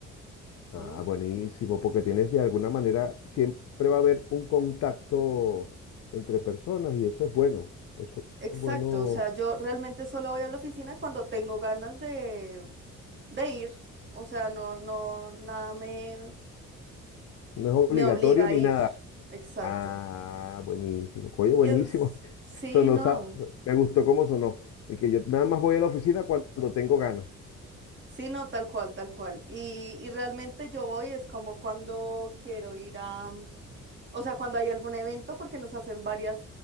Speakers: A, on the left; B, on the right.
A: Ah,
B: ¿Mm?
A: buenísimo, porque tienes de alguna manera, siempre va a haber un contacto entre personas y eso es bueno. Eso
B: Exacto,
A: es bueno,
B: o sea, yo realmente solo voy a la oficina cuando tengo ganas de, de ir, o sea, no, no, nada me,
A: no es obligatorio
B: me obliga a
A: ni
B: ir.
A: nada.
B: Exacto.
A: Ah, buenísimo. Oye, buenísimo.
B: Y es- sí,
A: <laughs> Sonó,
B: no.
A: sa- me gustó cómo sonó. Y que yo nada más voy a la oficina cuando tengo ganas.
B: Sí, no, tal cual, tal cual. Y, y realmente yo voy, es como cuando quiero ir a, o sea, cuando hay algún evento, porque nos hacen varias